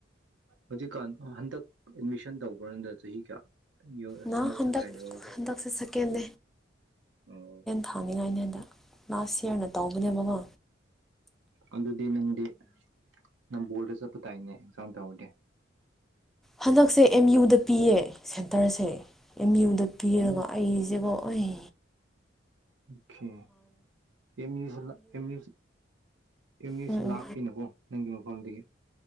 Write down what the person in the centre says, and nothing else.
ꯅ
ꯍꯟꯗꯛ
ꯍꯟꯗꯛꯁꯦꯀꯀꯦꯟ
ꯊꯥꯅꯤꯡꯉꯥꯏꯅꯦ ꯍꯟꯗꯛ ꯂꯥꯁꯔ ꯇꯧꯕꯅꯦ ꯃꯃꯥ
ꯍꯟꯗꯛꯁꯦ ꯑꯦꯝ ꯌꯨꯗ ꯄꯤꯌꯦ ꯁꯦꯟꯇꯔꯁꯦ ꯑꯦꯝ ꯌꯨꯗ ꯄꯤꯔꯕ
ꯑꯩꯁꯦꯕꯣ ꯑꯣꯏ
ꯎꯝ ꯎꯝ